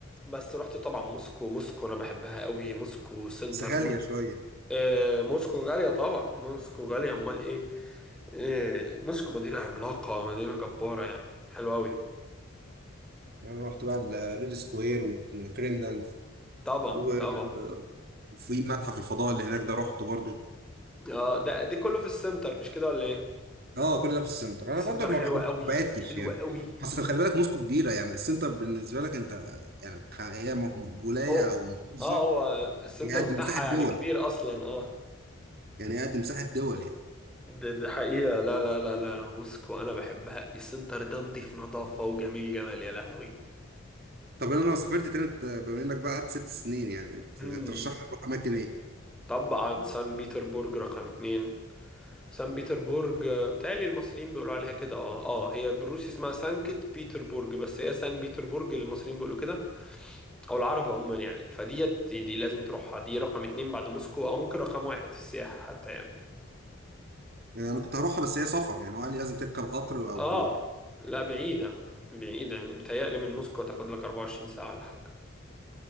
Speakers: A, in the centre; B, on the right.
A: بس رحت طبعا موسكو موسكو انا بحبها قوي موسكو سنتر
B: بس غاليه
A: موسكو
B: شويه
A: آه موسكو غاليه طبعا موسكو غاليه امال ايه إيه مسكوا مدينة عملاقة مدينة جبارة يعني حلوة أوي
B: يعني انا رحت بقى الريد سكوير والكريملين
A: طبعا
B: وفي
A: طبعا
B: متحف الفضاء اللي هناك ده رحته برضو
A: اه ده دي كله في السنتر مش كده ولا ايه
B: اه كل ده في السنتر
A: السنتر
B: انا برضو ما
A: حلوة
B: بحب-
A: أوي
B: ما بعدتش
A: حلوة
B: يعني
A: أوي
B: اصل خلي بالك موسكو كبيره يعني السنتر بالنسبه لك انت يعني هي م- ولايه
A: اه
B: او محافظه
A: اه هو السنتر
B: هي قد
A: بتاعها
B: مساحه دول
A: يعني كبير أصلا اه
B: يعني هي قد مساحه دول يعني
A: ده ده حقيقة لا لا لا لا لا موسكو أنا بحبها السنتر ده نضيف نظافة وجميل جمال يا لهوي
B: طب انا لو سافرت تاني ت- بما انك بقى قعدت ست سنين يعني ت-
A: امم
B: ترشح لي اروح اماكن ايه؟
A: طبعا سان بيتربورج رقم اتنين سان بيتربورج آه، بتهيألي المصريين بيقولوا عليها كده اه اه هي بالروسي اسمها سانكت بيتربورج بس هي سان بيتربورج المصريين بيقولوا كده او العرب عموما يعني فديت دي لازم تروحها دي رقم اتنين بعد موسكو او ممكن رقم واحد في السياحة حتى يعني
B: يعني انا كنت هروحها بس هي سفر يعني هو قال لي لازم تركب قطر او
A: اه لا بعيدة بعيدة يعني. بتهيألي من موسكو تاخد لك 24 ساعة ولا حاجة